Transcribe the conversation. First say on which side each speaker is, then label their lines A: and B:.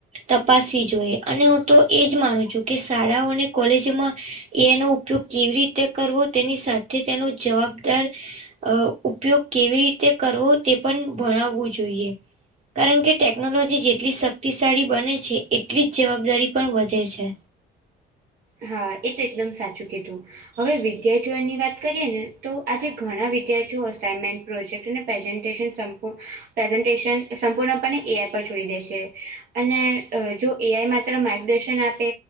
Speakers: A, on the right (about 40°); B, on the right (about 65°).
A: તપાસવી જોઈએ અને હું તો એજ માનું છું કે શાળાઓ અને કોલેજમાં એ આઈનો ઉપયોગ કેવી રીતે કરવો તેની સાથે તેનો જવાબદાર અ ઉપયોગ કેવી રીતે કરવો તે પણ ભણાવવું જોઈએ. કારણ કે ટેકનોલોજી જેટલી શક્તિશાળી બને છે એટલી જ જવાબદારી પણ વધે છે.
B: હા, એ તો એકદમ સાચું કીધું. હવે વિદ્યાર્થીઓની વાત કરીએ ને તો આજે ઘણા વિદ્યાર્થીઓ અસાાઈનમેન્ટ, પ્રોજેક્ટ અને પ્રેઝન્ટેશન શમ્પૂ પ્રેઝન્ટેશન સંપૂર્ણપણે એ આઈ પર છોડી દેશે. અને જો એ આઈ માત્ર માર્ગદર્શન આપે